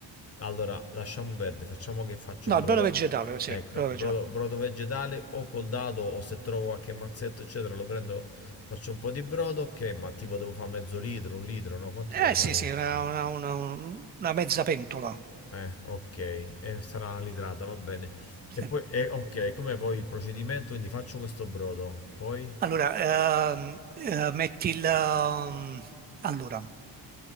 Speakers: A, on the left; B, on the right.
A: Allora, lasciamo verde, facciamo che faccio
B: No,
A: il brodo...
B: il brodo vegetale, sì,
A: Ecco,
B: il brodo
A: brodo,
B: vegetale.
A: brodo vegetale o col dado o se trovo qualche mazzetto, eccetera, lo prendo, faccio un po' di brodo, ok, ma tipo devo fare mezzo litro, un litro, no? Quanto devo
B: Eh
A: fare?
B: sì, sì, una, una- una- una mezza pentola.
A: Eh, ok, eh, sarà una litrata, va bene. E
B: Sì.
A: poi, eh, ok, come poi il procedimento? Quindi faccio questo brodo, poi,
B: Allora, ehm, eh, metti il... ehm, allora,